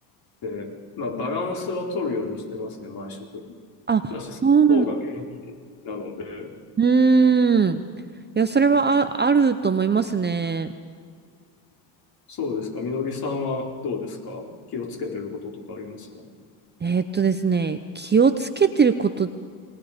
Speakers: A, on the left; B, on the right.
A: で、まあ、バランスは取るようにしてますね、毎食。
B: あ、
A: だし、その方が元気なので、
B: そうなのか。うーん。いや、それはあ、
A: うん
B: あると思いますね。
A: そうですか、みのりさんはどうですか気をつけてることとかありますか
B: えーっとですね、気をつけてることっ